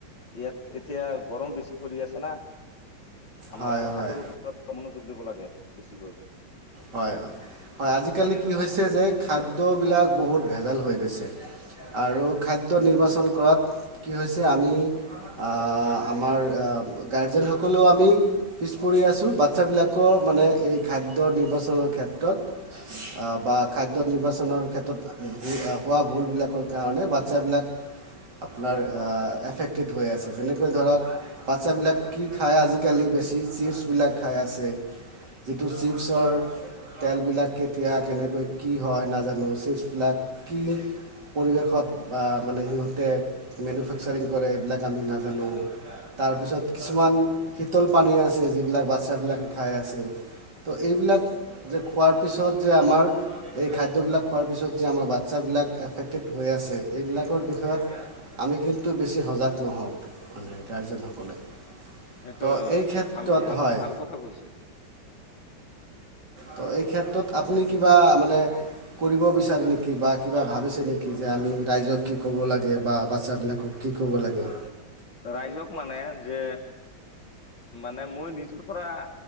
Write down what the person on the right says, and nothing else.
হয় হয়
হয়, হয়। হয় আজিকালি কি হৈছে <unintelligible> খাদ্যবিলাক বহুত ভেজাল হৈ গৈছে। <inaudible> আৰু খাদ্য নিৰ্বাচন কৰাত, কি হৈছে? আমি, আ আমাৰ গাৰ্জেনসক সকলো আমি কৰি আছো। বাচ্ছাবলাকৰ মানে এই খাদ্য নি নিৰ্বাচনৰ ক্ষেত্ৰত বা খাদ্য নিৰ্বাচনৰ ক্ষেত্ৰত হোৱা ভুলবিলাকৰ কাৰণে বাচ্ছাবিলাক আপোনাৰ এফেক্টেড হৈ আছে। যেনেকৈ ধৰক, বাচ্ছাবিলাক কি খায় আজিকালি? বেছি চিপছবিলাক খাই আছে। যিটো চিপছৰ তেলবিলাক কেতিয়া কেনেকৈ কি হয় নাজানো, ছিইপছবিলাক কি পৰিৱেশত মানে সিহঁতে মেনুফেকচাৰিং কৰে এইবিলাক আমি নাজানো। তাৰপিছত
কিছুমান শীতল পানী আছে যিবিলাক বাচ্ছা বিলাকে খাই আছে ত' এইবিলাক যে খোৱাৰ পিছত যে আমাৰ এই খাদ্যবিলাক খোৱাৰ পিছত যে আমাৰ বাচ্ছাবিলাক এফেক্টেড হৈ আছে। এইবিলাকৰ বিষয়ত আমি কিন্তু বেছি সজাগ নহওঁ মানে গাৰ্জেনসকলে।
তো এই ক্ষেত্ৰত
হয়
ত' এই ক্ষেত্ৰত আপুনি কিবা মানে কৰিব বিচাৰে নেকি? বা কিবা ভাবিছে নেকি? যে আমি ৰাইজক কি ক'ব লাগে। বা বাচ্ছাবিলাকক কি ক'ব লাগে?